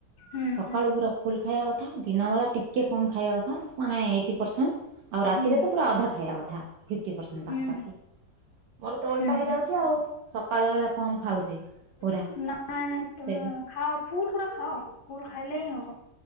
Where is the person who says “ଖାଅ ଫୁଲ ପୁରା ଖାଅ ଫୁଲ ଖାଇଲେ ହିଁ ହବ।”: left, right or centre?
Left